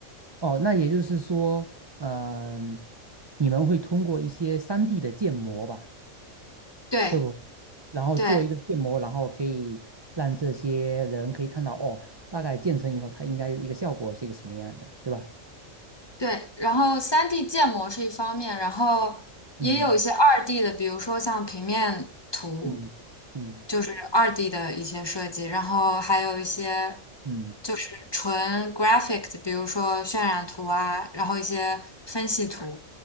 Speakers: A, on the right; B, on the left.
A: 哦，那也就是说，嗯、你们会通过一些三 d 的建模吧？
B: 对
A: 会不会？然后做一个建模，
B: 对
A: 然后可以让这些人可以看到，哦，大概建成以后，它应该一个效果是一个什么样的，对吧？
B: 对，然后三 d 建模是一方面，然后也有一些二
A: 嗯
B: d 的，比如说像平面图，
A: 嗯嗯
B: 就是二 d 的一些设计，然后还有一些
A: 嗯，
B: 就是纯 graphic 的，比如说渲染图啊，然后一些分析图。